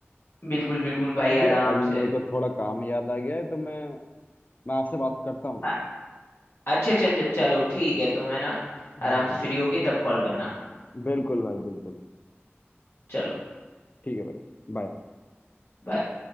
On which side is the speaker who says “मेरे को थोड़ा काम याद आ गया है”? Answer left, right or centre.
Left